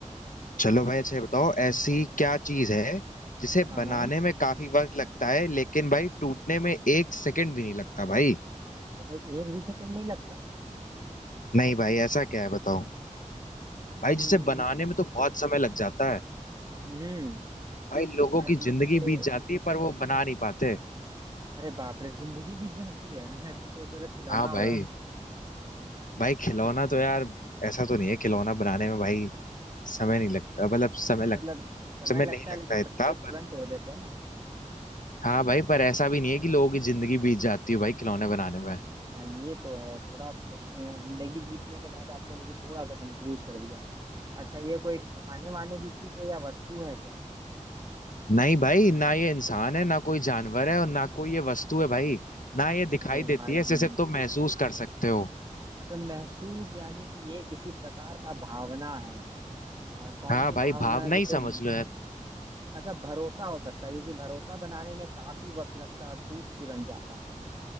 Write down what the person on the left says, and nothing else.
चलो भाई अच्छा ये बताओ ऐसी क्या चीज है जिसे
बनाने
में काफी वक्त लगता है लेकिन भाई टूटने में एक सेकंड भी नहीं लगता भाई
नहीं भाई ऐसा क्या है बताओ
भाई जिसे बनाने में तो बहुत समय लग जाता है
भाई लोगों
की
जिंदगी बीत जाती है पर वो बना नहीं पाते
हाँ
भाई भाई खिलौना तो यार ऐसा तो नहीं है खिलौना बनाने में भाई समय नहीं लगता मतलब समय लग
समय
नहीं
लगता
इतना
पर
हाँ भाई पर ऐसा भी नहीं है कि लोगों की जिंदगी बीत जाती है भाई खिलौने बनाने में
नहीं भाई ना ये इंसान है ना कोई जानवर है और ना कोई ये वस्तु है भाई ना ये दिखाई
देती
है इसे सिर्फ तुम महसूस कर सकते हो
हाँ
भाई
भावना
ही समझ लो यार